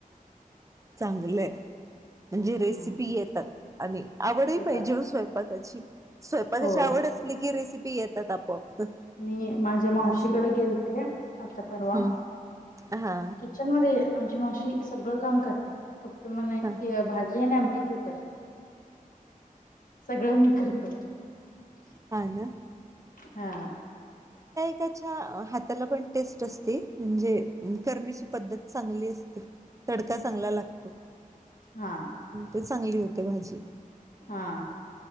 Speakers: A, on the right (about 20°); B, on the left (about 70°).
A: चांगलंय म्हणजे रेसिपी
B: हम्म
A: येतात आणि आवड ही
B: येतात
A: पाहिजे स्वयंपाकाची स्वयंपाकाची
B: होय
A: आवड असली की रेसिपी पी येतात आपोआप
B: मी माझ्या मावशीकडे
A: असं
B: गेलते आता परवा
A: हम्म हा
B: किचन मध्ये आमची मावशी सगळं काम करते फक्त तुमी म्हणा
A: हा
B: भाजी आहे ती तू कर. सगळं म करत. ह <inaudible>
A: ह ना.
B: हा.
A: त्याच्या हाताला पण टेस्ट असते म्हणजे करण्याची पद्धत चांगली असते. तडका चांगला लागतो.
B: हा
A: ते चांगली होते भाजी.
B: हा